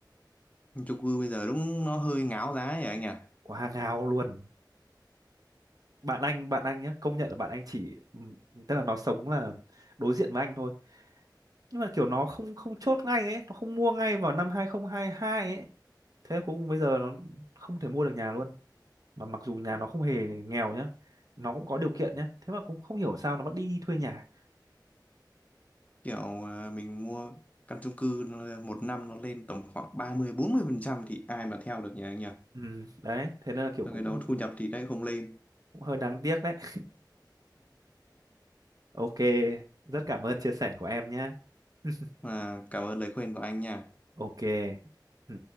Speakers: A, on the left; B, on the right.
A: Nhưng chung cư bây giờ đúng nó hơi ngáo giá ấy anh nhỉ?
B: quá ngáo luôn bạn anh bạn anh nhá công nhận là bạn anh chỉ ừm, tức là nó sống là đối diện với anh thôi nhưng mà kiểu nó không không chốt ngay ấy nó không mua ngay vào năm 2022 ấy thế cuối cùng bây giờ nó không thể mua được nhà luôn mà mặc dù nhà nó không hề nghèo nhá nó cũng có điều kiện nhá thế mà cũng không hiểu sao nó vẫn đi thuê nhà
A: Kiểu ờ, mình mua căn chung cư nó- một năm nó lên tầm khoảng ba mươi bốn mươi phần trăm thì ai mà theo được nhỉ anh nhỉ?
B: ừ, đấy thế nên là kiểu
A: Rồi
B: cũng,
A: cái đó thu nhập thì lại không lên.
B: cũng hơi đáng tiếc đấy <laughs> ok rất cảm ơn chia sẻ của em nhé <laughs>
A: Mà cảm ơn lời khuyên của anh nha.
B: ok ừ.